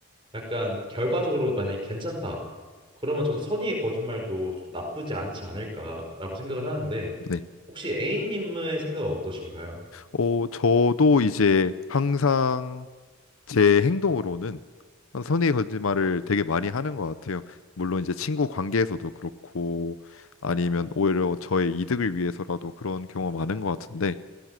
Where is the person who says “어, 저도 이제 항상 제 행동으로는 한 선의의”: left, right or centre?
Left